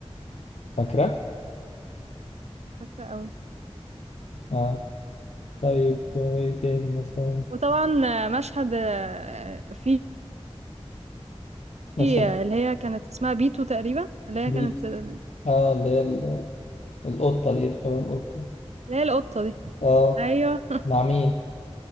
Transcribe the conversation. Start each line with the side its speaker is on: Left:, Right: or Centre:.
Left: فاكره
Right: فاكره قوي
Left: اه طيب آه، ايه تاني مثلا
Right: وطبعا آه، مشهد آه، في
Left: مشهد
Right: في، آه، اللي هي كانت اسمها بيتو تقريبا اللي هي
Left: ليه
Right: كانت اللي
Left: اه اللي هي ال- القطه دي اللي شبه القطه
Right: هي القطه دي
Left: اه
Right: ايوه
Left: مع مين